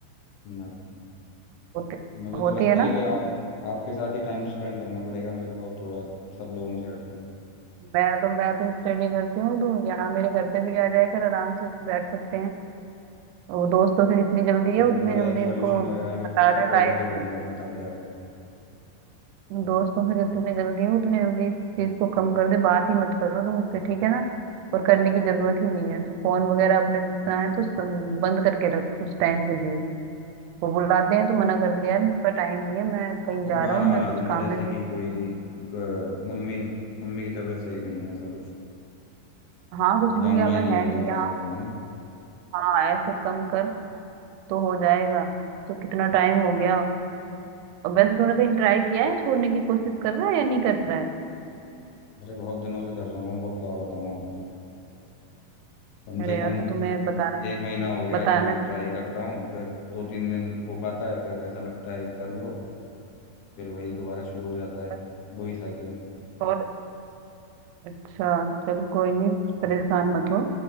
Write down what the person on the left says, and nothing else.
नहीं
मुझे
तो लगता
है कि आप आपके साथ ही टाइम स्पेंड करना पड़ेगा मेरे को अब थोड़ा सब लोगों से हटके
वही
वही
थोड़ा
एक सॉल्यूशन
लग
रहा है मेरे को कि
पॉजिटिव होऊंगा
मैं तब जाके
कुछ
बहाना
बना
दूंगा
जैसे
कि कोई क- मम्मी मम्मी की तबीयत सही नहीं है ऐसा कुछ
जाऊंगा
ही नहीं
उनके
पास
फिर मैं ना
अरे बहुत दिनों से कर रहा हूँ अब क्या बताऊँ आपको कम
से कम
एक महीना हो गया
कि ट्राई करता हूँ फिर दो तीन दिन हो पाता है फिर ऐसा लगता है कि कर लो फिर वही दोबारा शुरू हो जाता है
वही साइकिल